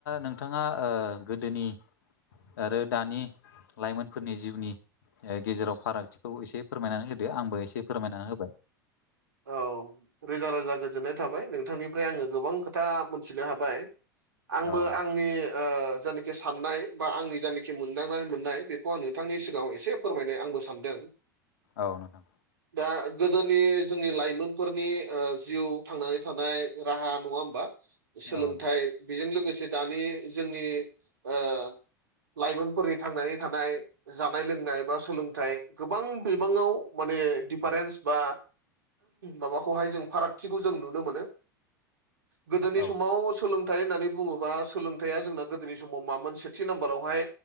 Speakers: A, on the left; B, on the right.
A: नोंथाङा ओ गोदोनि आरो दानि लाइमोनफोरनि जिउनि गेजेराव फारागथिखौ एसे फोरमायनानै होदो आंबो एसे फोरमायनानै होबाय
B: औ रोजा रोजा गोजोननाय थाबाय नोंथांनिफ्राय आङो गोबां खोथा मोनथिनो हाबाय आंबो
A: औ
B: आंनि ओ जानाखि साननाय बा आंनि जायानाखि मोनदांनानै मोननाय बेखौ आं नोंथांनि सिगाङाव एसे फोरमायनो आंबो सानदों
A: औ नोंथां
B: दा गोदोनि जोंनि लाइमोनफोरनि जिउ थांनानै थानाय राहा नङा होमबा सोलोंथाइ
A: औ
B: बेजों लोगोसे दानि जोंनि ओ लाइमोनफोरनि थांनानै थानाय जानाय लोंनाय बा सोलोंथाइ गोबां बिबाङाव माने डिफारेन्स बा माबाखौहाय जों फारागथिखौ जों नुनो मोनो गोदोनि
A: औ
B: समाव सोलों थाय होननानै बुङोबा सोलोंथाइया जोंना गोदोनि समाव मामोन सेथि नाम्बारावहाय